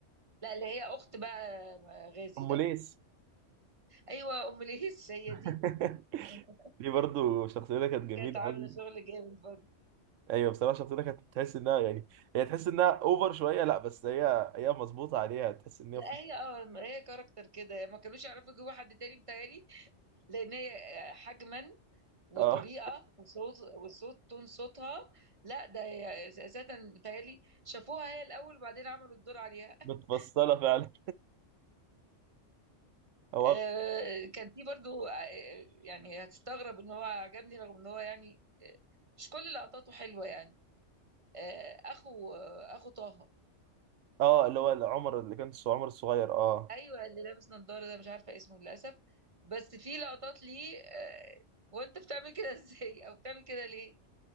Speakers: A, on the right (about 25°); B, on the right (about 85°).
A: لا اللي هي أخت بقى آه، غازي
B: ام
A: ده
B: ليس
A: أيوة أم ليس هي
B: <laughs>
A: دي <laughs>
B: دي برضو شخصيتها كانت جميله
A: كانت عاملة
B: قوي
A: شغل جامد برضه
B: ايوه بصراحه شخصيتها كانت تحس انها يعني هي تحس انها اوفر شويه لا بس هي هي مظبوطه عليها تحس ان هي
A: لا
B: في-
A: هي اه هي كاركتر كده ما كانوش يعرفوا يجيبوا حد تاني متهيألي لأن هي آه، حجما وطريقه
B: اه
A: وصوت وصوت تون صوتها لا ده هي اساسا متهيألي شافوها هي الاول وبعدين عملوا الدور عليها <laughs>
B: متفصله فعلا هو
A: آه، كان في برضو آه، يعني هتستغرب ان هو عجبني رغم ان هو يعني آه، مش كل لقطاته حلوه يعني آه، اخو آه، اخو طه
B: اه اللي هو عمر اللي كان عمر الصغير اه
A: ايوه اللي لابس نظاره ده مش عارفه اسمه للاسف بس في لقطات ليه آه، وانت بتعمل كده <laughs> ازاي او بتعمل كده ليه